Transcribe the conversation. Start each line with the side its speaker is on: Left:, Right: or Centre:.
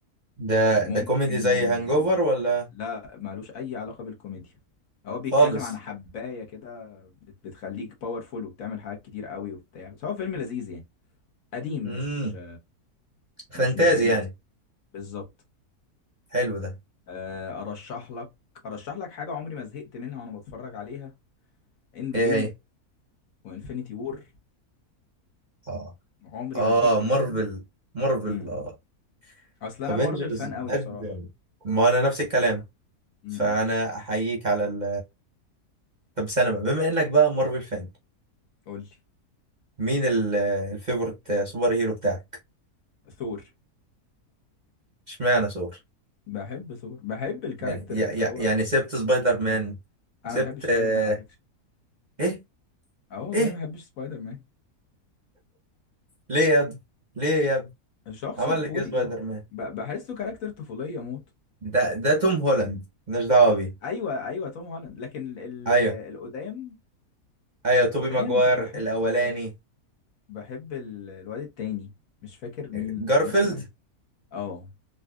Right: ده
Left: ممكن
Right: ده كوميدي زي هانجوفر
Left: آه،
Right: ولا
Left: لا مالوش اي علاقة بالكوميديا هو بيتكلم
Right: خالص
Left: عن حباية كده بت- بتخليك باورفول وبتعمل حاجات كتير قوي وبتاع بس هو فيلم لذيذ يعني قديم
Right: امم
Left: مش
Right: فانتازي
Left: مش مش جديد
Right: يعني
Left: بالظبط
Right: حلو ده
Left: آه، ارشح لك ارشح لك حاجه عمري ما زهقت منها وانا بتفرج عليها اند
Right: ايه
Left: جيم
Right: هي
Left: وانفينيتي وور
Right: اه
Left: عمري
Right: اه
Left: ما زهقت منهم
Right: مارفل مارفل
Left: امم
Right: اه
Left: اصل انا
Right: افنجرز
Left: مارفل فان قوي
Right: بجد
Left: بصراحه
Right: ما انا نفس الكلام
Left: امم
Right: فانا احييك على ال طب استنى بقى بما انك بقى مارفل فان
Left: قول لي
Right: مين ال- الفيفورت سوبر هيرو بتاعك
Left: ثور
Right: اشمعنى ثور
Left: بحب ثور بحب الكاركتر
Right: يعني يع-
Left: اللي
Right: يع-
Left: هو
Right: يعني سبت سبايدر مان
Left: انا
Right: سبت
Left: ما بحبش سبايدر
Right: آه،
Left: مان على فكره
Right: ايه
Left: اه والله
Right: ايه
Left: ما بحبش سبايدر مان
Right: ليه يا ابني ليه يا ابني
Left: شخص
Right: عمل
Left: طفولي
Right: لك ايه سبايدر
Left: كده
Right: مان
Left: ب- بحسه كاركتر طفوليه موت
Right: ده ده توم هولاند مالناش دعوه بيه
Left: ايوه ايوه توم هولاند لكن ال-
Right: ايوه
Left: ال- القدام
Right: ايوه
Left: القدام
Right: توبي ماجواير
Left: بحب
Right: الاولاني
Left: بحب ال- الواد التاني مش فاكر مين
Right: جارفيلد
Left: كان اسمه ايه اه